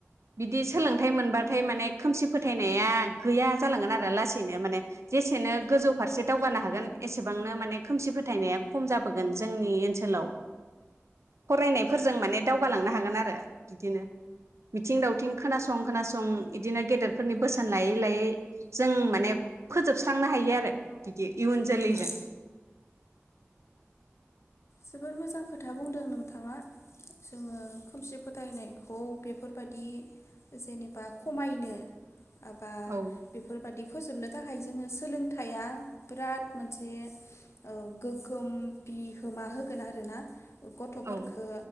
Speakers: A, on the right; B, on the left.
A: बिदि सोलोंथाय मोनबाथाय माने खोमसि फोथायनाया गैया जालांगोन आरो लासैनो माने जेसेनो गोजौ फारसे दावगानो हागोन एसेबांनो माने खोमसि फोथायनाया खम जाबो गोन जोंनि ओन्सोलाव फरायनायफोरजों माने दावगालांनो हागोन आरो बिदिनो। मिथिं दावथिं खोना सं खोनासं इदिनो गेदेर फोरनि बोसोन लायै लायै जों माने फोजोबस्रांनो हायो आरो बिदि इयुन जोलैजों।
B: औ औ जोबोर मोजां खोथा बुंदों नोंथाङा जोङो खोमसि फोथायनायखौ बेफोरबादि जेनेबा खमायनो माबा
A: औ
B: बेफोरबादि फोजोबनो थाखाय जोंनो सोलोंथाया बिराद मोनसे ओ गोग्गोम बिहोमा हो गोन आरोना गथफोरखो
A: औ